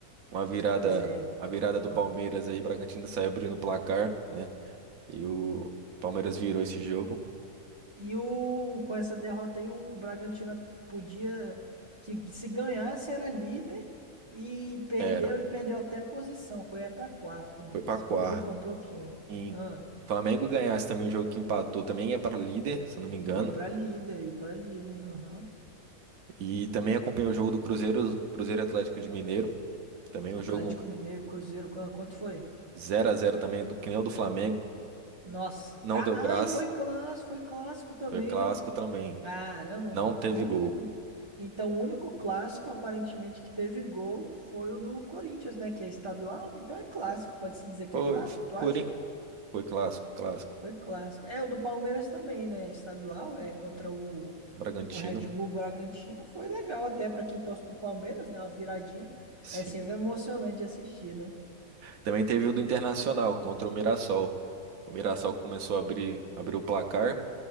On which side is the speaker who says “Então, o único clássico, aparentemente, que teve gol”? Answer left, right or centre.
Right